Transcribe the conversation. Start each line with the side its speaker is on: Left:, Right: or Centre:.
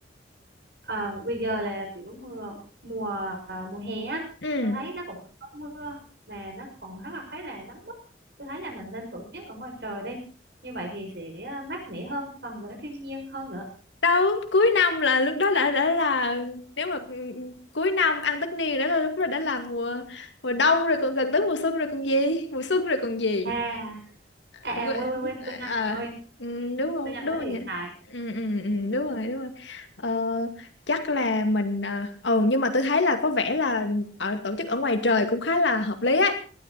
Right: À, bây giờ là kiểu mưa mùa à, mùa hè á
Left: ừ
Right: tôi thấy nó cũng có mưa mà nó còn rất là khá là nắng bức tôi thấy là mình nên tổ chức ở ngoài trời đi như vậy thì sẽ à, mát mẻ hơn gần với thiên nhiên hơn nữa
Left: đâu cuối năm là lúc đó đã đã là nếu mà ừ, ừ, cuối năm ăn tất niên đã là lúc đó đã là mùa mùa đông rồi còn gần tới mùa xuân rồi còn gì mùa xuân rồi còn gì
Right: à à,
Left: Quê-
Right: à quên quên quên tôi nhanh
Left: à
Right: rồi ơi
Left: ừ, đúng không
Right: tôi nhanh
Left: đúng
Right: với
Left: không
Right: hiện
Left: nhỉ
Right: tại
Left: ừ, ừ, ừ,
Right: ừ.
Left: đúng rồi đúng rồi ờ, chắc là mình à, ừ nhưng mà tôi thấy là có vẻ là ở tổ chức ở ngoài trời cũng khá là hợp lý ấy